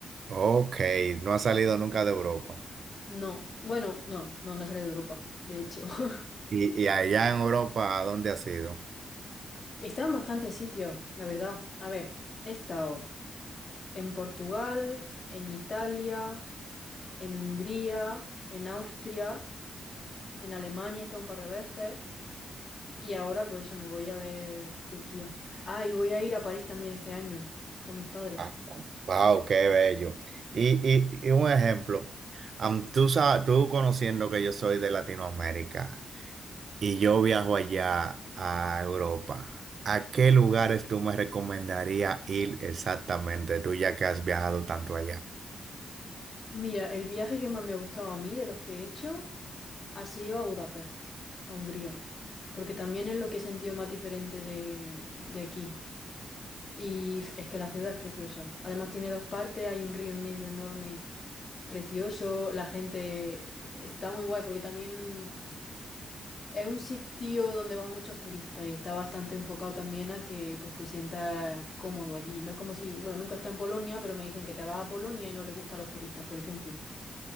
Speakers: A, on the right (about 65°); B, on the left (about 45°).
A: ok, no has salido nunca de Europa.
B: No. Bueno, no, no, no he salido de Europa, de hecho. <laughs>
A: Y, y allá en Europa, ¿a dónde has ido?
B: He estado en bastantes sitios, la verdad. A ver, he estado en Portugal, en Italia, en Hungría, en Austria. En Alemania he estado un par de veces y ahora pues eso me voy a ver Turquía. Ah, y voy a ir a París también este año con mis padres.
A: Ah, Wow, qué bello. Y, y, y un ejemplo, am, tú, sa- tú conociendo que yo soy de Latinoamérica y yo viajo allá a Europa, ¿a qué lugares tú me recomendarías ir exactamente, tú ya que has viajado tanto allá?
B: Mira, el viaje que más me ha gustado a mí de los que he hecho ha sido a Budapest, a Hungría, porque también es lo que he sentido más diferente de, de aquí. Y f- es que la ciudad es preciosa. Además tiene dos partes, hay un río en medio enorme, precioso, la gente está muy guay porque también... Es un sitio donde van muchos turistas y está bastante enfocado también a que pues te sientas cómodo allí. No es como si, bueno, nunca está en Polonia, pero me dicen que te vas a Polonia y no le gusta a los turistas, por ejemplo.